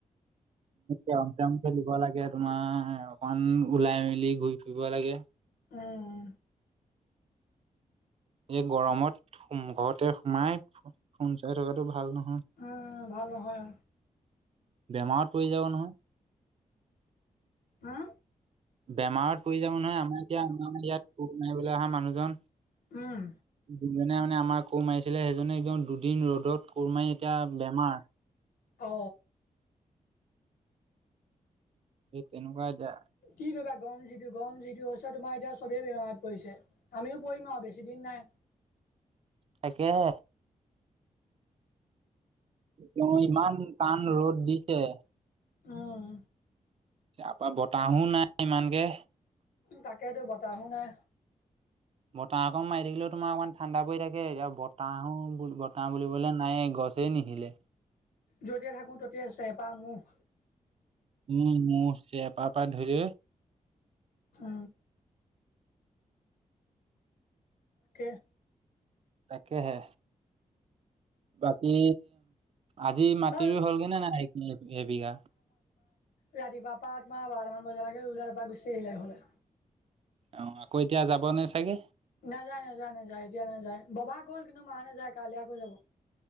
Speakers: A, on the right (about 40°); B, on the left (about 75°).
A: ে অ অখে দিব লাগে তোমাৰ অকমান ওলাই মেলি ঘূৰি ফুৰিব লাগে
B: অঁ
A: এই গৰমত ঘৰতে সোমাই সু চাই থকাাতটো ভাল নহয়
B: উম ভালো হয়
A: বেমাৰত পৰি যাব নহয়
B: হা
A: বেমাৰত পৰি যাব নহয় আমাৰ এতিয়া আমমাৰ ইয়াত মাৰিবলৈ অহা মানুহজন
B: উম
A: দুজনে মানে আমাৰ কোৰ মাৰিছিলে সেইজনে একদম দুদিন ৰ'দত কোৰ মাৰি এতিয়া বেমাৰ
B: অ
A: এই তেনুৱ য
B: কি কৰিবা গৰম যিটো গৰম যিটো হৈছে তোমাৰ এতিয়া চবেই বেমাৰত পৰিছে আমিও পঢ়িম আৰু বেছি দিন নাই
A: তাকেহে তেওঁ ইমান কাণ ৰ'দ দিছে
B: অম
A: তাৰপৰা বতাহো নাই ইমানকে
B: তাকেইেতো বতাহ নাই
A: বতাহ অকৌ মাৰি থাকিলেও তোমাৰ অকণমান ঠাণ্ডা পৰি থাকে বতাহো বতাহ বুলিবলে নাই বচ নিশিলে
B: যতিাই থাকো তেতিয়া চেপাহ মুখ
A: উম মোৰ চেপা পা ধুই
B: উ ক
A: তাকেহে বাকী আজি মাটিৰ
B: তাৰ
A: হ'লগে নে নাই সবিঘা
B: ৰাতিপুৱা পৰা মাৰ বাৰামান বজালৈকে ওলাই তাৰপা গুচি আহিলে সলে
A: অ আকৌ এতিয়া যাব নে চাগে
B: নাযায় নাযায় নাযায় এতিয়া নাযায় ববা গ'ল কিন্তু মাহ নাযায় কাইলৈ আকৌ যাব